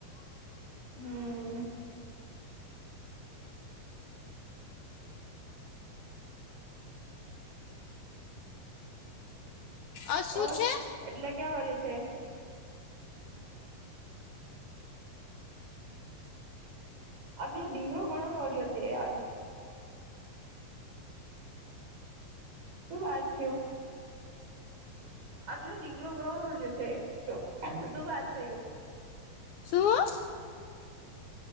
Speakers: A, on the right; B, on the left.
A: હમ
B: આ શું
A: ઓ
B: છે
A: એટલે ક્યાં વાળે છે આટલો ધીરો ઘણો ઓડિયો છે આજ શું વાત છું આટલો દીકલો ઘણ નજ છે શું વાત થયું
B: શું